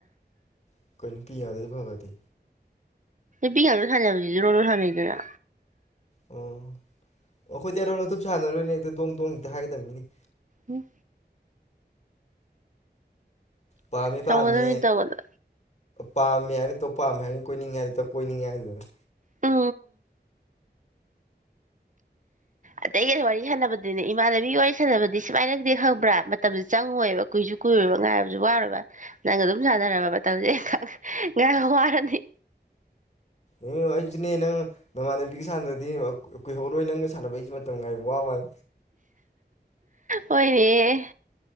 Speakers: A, on the left; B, on the right.
A: ꯑꯩꯈꯣꯏ ꯅꯨꯄꯤ ꯌꯥꯗꯦꯗꯤꯦ ꯐꯕꯗꯤ
B: ꯄꯤꯒꯥ ꯈꯥꯖꯕꯗꯨꯗꯤ ꯔꯣꯂꯨ ꯁꯥꯟꯅꯩꯗꯅ
A: ꯑꯣ ꯑꯣ ꯑꯩꯈꯣꯏꯗꯤ ꯑꯔꯣ ꯑꯊꯨꯞ ꯁꯥꯟꯅꯔꯣꯏꯅꯦ ꯍꯦꯛꯇ ꯗꯣꯡ ꯇꯣꯡ ꯍꯦꯛꯇ ꯍꯥꯏꯒꯗꯕꯅꯤꯅꯤ
B: ꯎꯝ
A: ꯄꯥꯝꯃꯤ
B: ꯇꯧꯒꯗꯕꯅꯤ
A: ꯄꯥꯝꯃꯤ
B: ꯇꯧꯒꯗ
A: ꯄꯥꯝꯃꯦ ꯍꯥꯏꯅꯤ ꯄꯥꯝꯃꯦ ꯍꯥꯏꯅꯤ ꯀꯣꯏꯅꯤꯡꯉꯥꯏ ꯍꯥꯏꯗꯨꯗ ꯀꯣꯏꯅꯤꯡꯉ ꯍꯥꯏꯗꯨꯗꯅ
B: ꯑ ꯑꯇꯩꯒ ꯋꯥꯔꯤ ꯁꯥꯟꯅꯕꯗꯨꯅꯦ ꯏꯃꯥꯟꯅꯕꯤꯒꯤ ꯋꯥꯔꯤ ꯁꯥꯟꯅꯕꯗꯤ ꯁꯨꯃꯥꯏꯅꯗꯤ ꯈꯪꯕ꯭ꯔꯥ ꯃꯇꯝꯁ ꯆꯪꯉꯣꯏꯕ ꯀꯨꯏꯁꯨ ꯀꯨꯏꯔꯨꯔꯕ ꯉꯥꯏꯔꯕꯁꯨ ꯋꯥꯨꯔꯕ ꯅꯪꯅ ꯑꯗꯨꯝ ꯁꯥꯟꯅꯔꯕ ꯃꯇꯝꯁꯦ ꯉꯥꯏꯕ ꯋꯥꯔꯅꯤ
A: ꯎ ꯑꯩꯁꯨꯅꯦ ꯅꯪ ꯅꯃꯥꯟꯅꯕꯤꯒ ꯁꯥꯟꯅ꯭ꯔꯗꯤ ꯀꯨꯏꯍꯧꯔꯣꯏ ꯅꯪꯒ ꯁꯥꯟꯅꯕ ꯑꯩꯁꯨ ꯃꯇꯝ ꯉꯥꯏꯕ ꯋꯥꯃꯟ
B: ꯑꯣꯏꯣꯏꯅꯦ